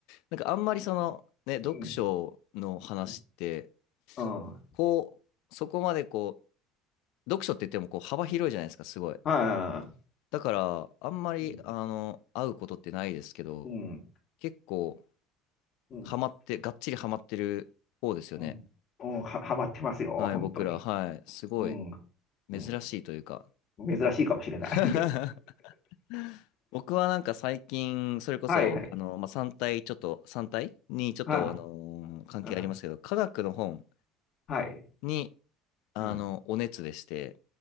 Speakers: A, on the left; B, on the left.
A: なんかあんまりその、ね、読書の話って、
B: うん、うんうん、はい、
A: こう、そこまでこう、読書って言ってもこう幅広いじゃないですか、すごい。
B: あ
A: だから、あんまり、
B: うん、
A: あの、会うことってないですけど、
B: うん、
A: 結構、
B: うん
A: ハマって、がっちりハマってる方ですよね。
B: うん。うん、は、はまってますよ、
A: はい、
B: 本当に。
A: 僕ら、はい、すごい、
B: うん。う
A: 珍しいというか。
B: ん。珍しいかもしれない。
A: <laughs>
B: <laughs>
A: 僕はなんか最近、それこそ、
B: はいはい。
A: あの、まあ、3体、ちょっと、3体に、ちょっと、
B: は
A: あのー関係ありますけど、
B: あ、うん。
A: 科学の本
B: はい。
A: に、あの、
B: うん。
A: お熱でして、